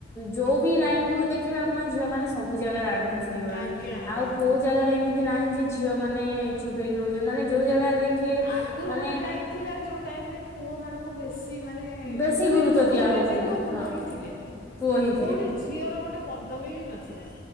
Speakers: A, on the left; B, on the left.
A: ଯୋଉ ବି ଲାଇନ କୁ ଦେଖିବେ ଆପଣ ଝିଅ ମାନେ ସବୁ ଜାଗାରେ ଆଡଭାନ୍ସ ହେଇଗଲେଣି
B: ଆଜ୍ଞା ଆଜ୍ଞା
A: ଆଉ କୋଉ ଜାଗାରେ ଏମିତି ନାହିଁ ଯେ ଝିଅ ମାନେ ଚୁପ୍ ହେଇକି ରହୁଛନ୍ତି ମାନେ ଯୋଉ ଜାଗାରେ ଦେଖିବେ
B: ଆଗରୁ
A: ମାନେ
B: ଗୋଟେ ଟାଇମ ଥିଲା ଯୋଉ ଟାଇମ ରେ ପୁଅ ମାନଙ୍କୁ ବେଶ୍ ସି ମାନେ
A: ବେଶୀ
B: ମାନେ
A: ଗୁରୁତ୍ୱ
B: ଯୋଉ
A: ଦିଆ
B: ଜାଗାରେ
A: ହଉଥିଲା
B: ଦେଖିବ
A: ହଁ
B: ପୁଅ ହିଁ ଥିଲେ
A: ପୁଅ ହିଁ ଥିଲେ
B: କୋଉଠି। ଝିଅର ଗୋଟେ ପଦବୀ ନଥିଲା